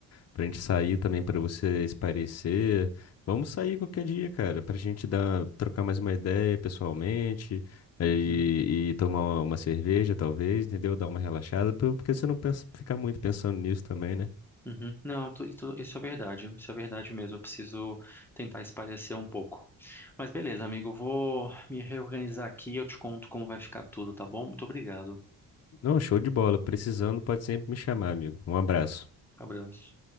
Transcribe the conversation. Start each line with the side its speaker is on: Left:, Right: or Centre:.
Left: pra gente sair também, pra você espairecer. Vamos sair qualquer dia, cara, pra gente dar, trocar mais uma ideia pessoalmente eh,
Centre: uhum.
Left: e, e tomar uma, uma cerveja, talvez, entendeu? Dar uma relaxada, por- porque você não pensa, ficar muito pensando nisso também, né?
Centre: Uhum. Não, tu- isso, isso é verdade. Isso é verdade mesmo. Eu preciso tentar espairecer um pouco. Mas beleza, amigo, eu vou me reorganizar aqui e eu te conto como vai ficar tudo, tá bom? Muito obrigado.
Left: Não, show de bola. Precisando, pode sempre me chamar, amigo. Um abraço.
Centre: Abraço.